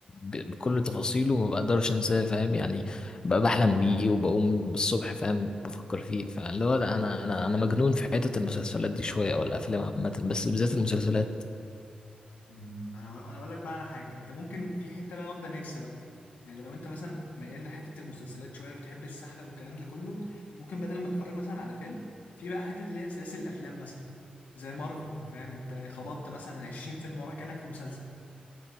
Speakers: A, on the left; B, on the left.
A: ب... بكل تفاصيله ما بقدرش انساه فاهم يعني بقى بحلم بيه وبقوم بالصبح فاهم بفكر فيه فاللي هو لا انا انا انا مجنون في حتة المسلسلات دي شوية او الافلام عامة بس بالذات المسلسلات
B: أمم، انا انا اقول لك بقى على حاجة انت ممكن في حتة بقى واخدة ميكس بقى يعني لو انت مثلا ميال لحتة المسلسلات شوية وبتحب السحلة والكلام ده كله ممكن بدل ما تتفرج مثلا على فيلم في بقى حتة اللي هي سلاسل الافلام مثلا زي مارفل فاهم انت خبطت مثلا 20 فيلم وراك كأنك في مسلسل